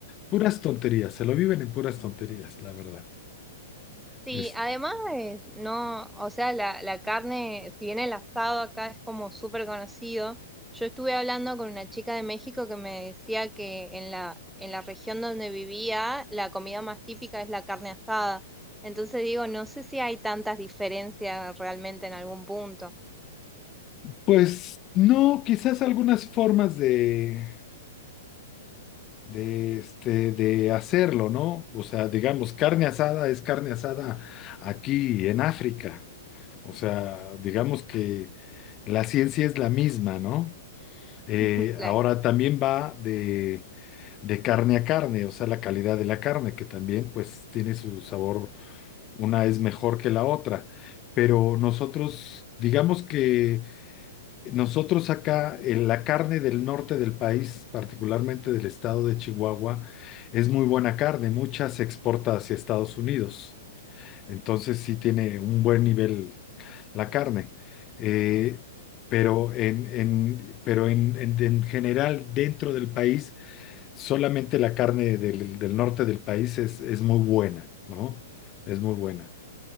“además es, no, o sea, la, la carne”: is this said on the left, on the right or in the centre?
Centre